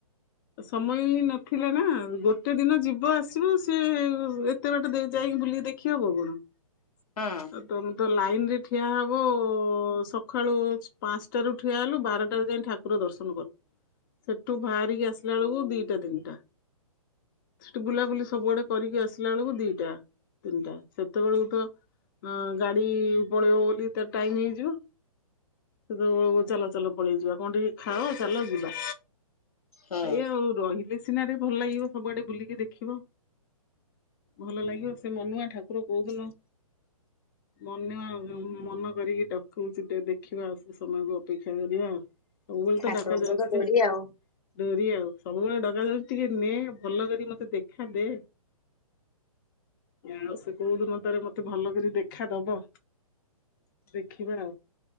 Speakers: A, on the left; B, on the left.
A: ସମୟ ହିଁ ନଥିଲା ନା ଆଉ ଗୋଟେ ଦିନ ଯିବ ଆସିବ ସିଏ ଏତେ ବାଟ ଦେ ଯାଇକି ବୁଲିକି ଦେ ଦେଖି ହବ କଣ
B: ହୁଁ।
A: ତମେ ତ ଲାଇ ଲାଇନରେ ଠିଆ ହେବୁ ସଖାଳୁ ପାଞ୍ଚଟାରୁ ଠିଆ ହେଲୁ ବାରଟାରୁ ଯାଇ ଠାକୁର ଦର୍ଶନ ସେଠୁ ବାହାରିକି ଆସିଲା ବେଳକୁ ଦିଟା ତିନିଟା। ସେଠି ବୁଲାବୁଲି ସବୁଆଡେ କରିକି ଆସିଲା ବେଳକୁ ଦିଟା। ତିନିଟା ସେତେବେଳକୁ ତ ଅ ଗାଡି ପଳେଇବ ବୋଲି ତା ଟାଇମ ହେଇଯିବ। ସେତବେଳକୁ ଚାଲ ଚାଲ ପଳେଇ ଯିବା କଣ ଟିକେ ଖାଅ ଚାଲ ଯିବା?
B: ହୁଁ
A: ଏଇୟା ଆଉ ରହିଲେ ସିନା ରେ ଭଲ ଲାଗିବ ସବୁଆଡେ ବୁଲିକି ଦେଖିବ। ଭଲ ଲାଗିବ ସେ ମନୁଆ ଠାକୁର କୋଉଦିନ ମନୁଆ ଆଉ ମନ କରିକି ଡକଉଛି ଟେ ଦେଖିବା ଆଉ ସେ ସମୟକୁ ଅପେକ୍ଷା କରିବା। ସବୁବେଳେ
B: ଠାକୁରଙ୍କ
A: ତ ଡାକା ଯାଉଛି
B: ତ ଡୋରି
A: ଯେ
B: ଆଉ
A: ଡୋରି ଆଉ ସବୁବେଳେ ଡକ ଯାଉଛି ଟିକେ ନେ ଭଲ କରି ମତେ ଦେଖା ଦେ। ଆଉ ସେ କୋଉ ଦିନ ତାର ମତେ ଭଲ କରି ଦେଖା ଦବ ଦେଖିବା ଆଉ।